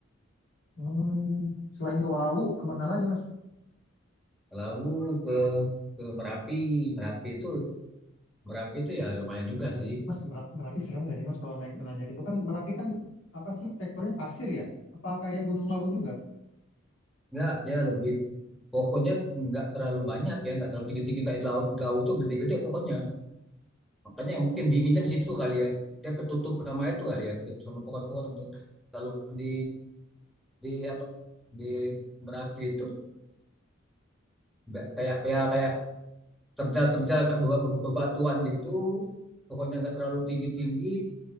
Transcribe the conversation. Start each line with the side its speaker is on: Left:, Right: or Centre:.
Left: Hmm. Selain ke Lawu, kemana lagi mas?
Centre: lalu ke ke Merapi Merapi itu Merapi itu ya lumayan juga sih
Left: Mas Merap- Merapi serem nggak sih mas kalau naik menanjak itu kan Merapi kan apa sih teksturnya pasir ya? Apa kayak Gunung Lawu juga?
Centre: nggak dia lebih pohonnya nggak terlalu banyak ya nggak terlalu tinggi tinggi kayak di laut di laut tuh gede-gede pohonnya makanya ya mungkin dinginnya di situ kali ya dia ketutup sama itu kali ya ketutup sama pohon-pohon tuh kalau di di apa di Merapi itu nggak kayak ya kayak terjal-terjal kayak beba- bebatuan gitu pohonnya nggak terlalu tinggi-tinggi